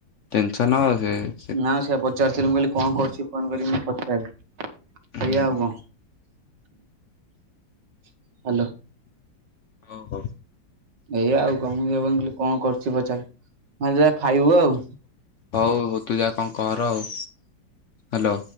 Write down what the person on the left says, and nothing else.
ଟେନସନ୍ ହବ ଯେ।
ହୁଁ
ଓ ହୋ
ହୋଉ ତୁ ଯା କଣ କର ଆଉ। ହାଲୋ